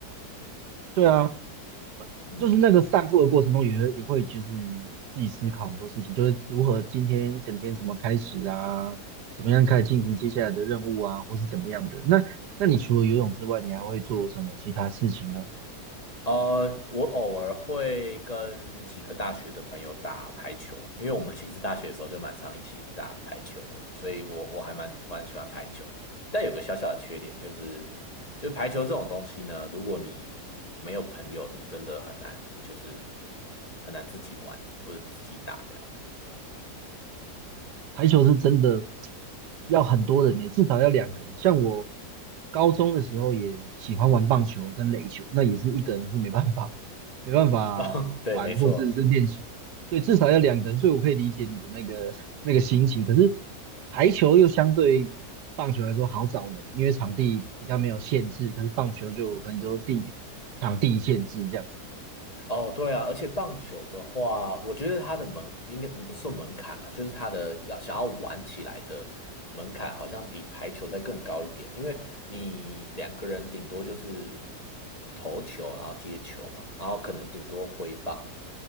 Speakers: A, on the right; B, on the left.
A: 对啊，
B: 嗯。
A: 就是那个散步的过程中也会，也会就是自己思考很多事情，就是如何今天一整天怎么开始啊，怎么样开始进行接下来的任务啊，或是怎么样的。那那你除了游泳之外，你还会做什么其他事情呢？
B: 呃，我偶尔会跟几个大学的朋友打排球，因为我们其实大学的时候就蛮常一起打排球的，所以我我还蛮蛮喜欢排球。但有个小小的缺点就是，就排球这种东西呢，如果你没有朋友，你真的很难，就是很难自己玩或者自己打这样。
A: 排球是真的要很多人呢、至少要两个人。像我高中的时候也喜欢玩棒球跟垒球，那也是一个人是没办法，没办法玩或者是练习。
B: <laughs> 哦，对，没错。
A: 对，至少要两个人，所以我可以理解你的那个 <laughs> 那个心情。可是排球又相对棒球来说好找人，因为场地比较没有限制，可是棒球就有很多地场地限制这样子。
B: 哦，对啊，而且棒球的话，我觉得它的门应该不是说门槛啊，就是它的要想要玩起来的门槛，好像比排球再更高一点，因为你两个人顶多就是投球，然后接球嘛，然后可能顶多挥棒，